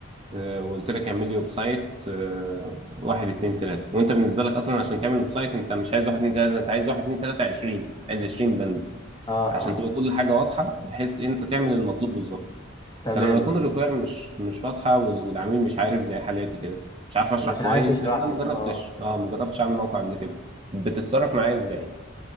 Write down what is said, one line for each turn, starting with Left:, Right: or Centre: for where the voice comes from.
Right: آه، وقلت لك اعمل لي ويب سايت آه، واحد اتنين تلاته وانت بالنسبه لك اصلا عشان تعمل ويب سايت انت مش عايز واحد اتنين تلاته انت عايز واحد اتنين تلاته 20 عايز 20 بند
Left: اه
Right: عشان
Left: اه
Right: تبقى كل حاجه واضحه بحيث إيه، انت تعمل المطلوب بالظبط
Left: تمام
Right: فلما يكون
Left: تمام
Right: الريكوير مش مش واضحه وال- والعميل مش عارف زي حالاتي كده مش عارف اشرح
Left: مش
Right: كويس
Left: عارف يشرح
Right: لان انا
Left: لي
Right: ما جربتش
Left: اه
Right: اه ما جربتش اعمل موقع قبل كده بتتصرف معايا ازاي